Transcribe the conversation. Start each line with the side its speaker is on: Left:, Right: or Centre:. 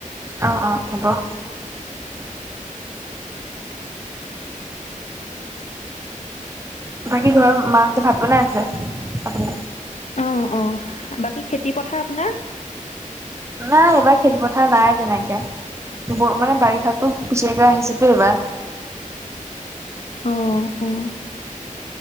Right: অ', অ', হ'ব। বাকী ঘৰৰ মাহঁতে ভাত বনাই আছে আপোনাৰ?
Left: উম, উম বাকী খেতি পথাৰ আপোনাৰ?
Right: নাই এইবাৰ খেতি পথাৰ নাই তেনেকে। মানে বাৰিষাতো খুচিয়াক আহিছে এইবাৰ।
Left: উম, উম।